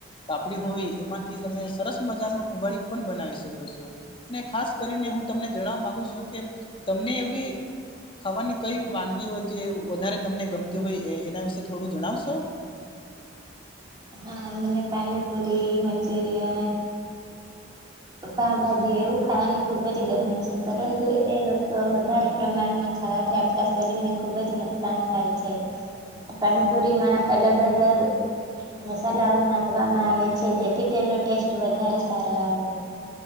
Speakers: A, on the left; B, on the right.
A: પાપડી હોવી એમાંથી તમે સરસ મજાનું ઉબળું પણ બનાવી શકો છો. ને ખાસ કરીને હું તમને જણવા માંગુ છું કે તમને એવી ખાવાની કઈ વાનગીઓ જે વધારે તમને ગમતી હોય એ એના વિશે થોડું જણાવશો.
B: હા મને પાણીપુરી મંચુરીયન પાવભાજી એવું ખાવાનું ખુબ જ ગમે છે પરંતુ એ વસ્તુ તો વધારે પ્રમાણમાં ખાવાથી આપણા શરીર ને ખુબ જ નુકસાન થાય છે. પાણીપુરીમાં અલગ-અલગ મસાલાઓ નાખવામાં આવે છે જેથી તેનો ટેસ્ટ વધારે સારો આવે.